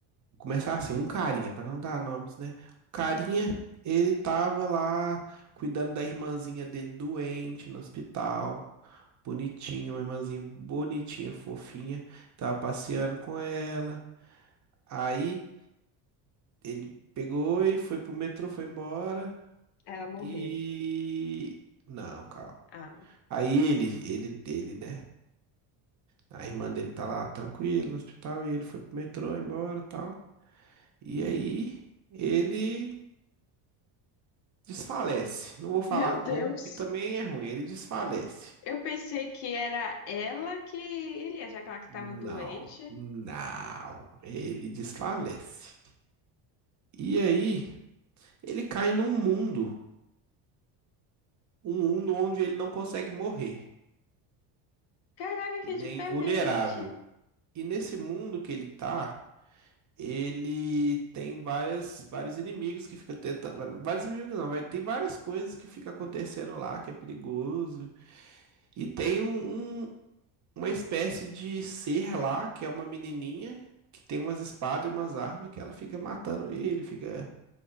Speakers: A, on the right (about 40°); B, on the left (about 60°).
A: começar assim, um carinha, pra não dar nomes, né? O carinha,
B: Hum.
A: ele tava lá cuidando da irmãzinha dele doente no hospital. Bonitinha, uma irmãzinha bonitinha, fofinha. Tava passeando com ela. Aí ele pegou e foi pro metrô, foi embora.
B: Ela morreu.
A: E não, calma.
B: Ah,
A: Aí ele, ele, ele, né? A irmã dele tá lá tranquila no hospital e ele foi pro metrô, embora, e tal. E aí ele Desfalece. Não vou falar
B: meu
A: como,
B: Deus.
A: porque também é ruim. Ele desfalece.
B: Eu pensei que era ela que iria, já que ela que estava
A: Não,
B: doente.
A: não. Ele desfalece. E aí, ele cai num mundo, um mundo onde ele não consegue morrer.
B: Caraca,
A: Ele
B: que diferente.
A: é invulnerável. E nesse mundo que ele tá, ele tem várias, vários inimigos que fica tentando. Vários inimigos não, vai, tem várias coisas que fica acontecendo lá que é perigoso. E tem um, um- uma espécie de ser lá, que é uma menininha que tem umas espadas e umas armas que ela fica matando ele, fica,